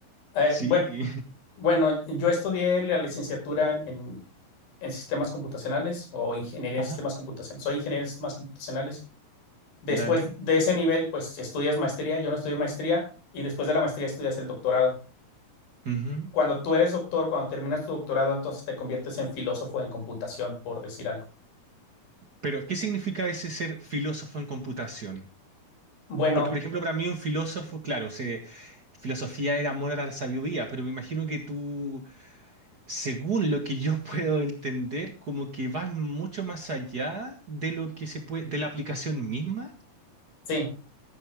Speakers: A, on the left; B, on the right.
A: Eh,
B: Sí,
A: bue- bueno, yo estudié la licenciatura en, en- en sistemas computacionales o ingeniería
B: <laughs>
A: en
B: ajá,
A: sistemas computacionales. Soy ingeniero en sistemas computacionales. Después
B: dale.
A: de ese nivel, pues estudias maestría. Yo no estudié maestría y después de la maestría estudias el doctorado.
B: Ujú.
A: Cuando tú eres doctor, cuando terminas tu doctorado, entonces te conviertes en filósofo en computación, por decir algo.
B: Pero, ¿qué significa ese ser filósofo en computación?
A: Bueno,
B: Porque, por ejemplo, para mí un filósofo, claro, se, filosofía era amor a la sabiduría, pero me imagino que tú, según lo que yo <laughs> puedo entender, como que vas mucho más allá de lo que se puede, de la aplicación misma.
A: sí,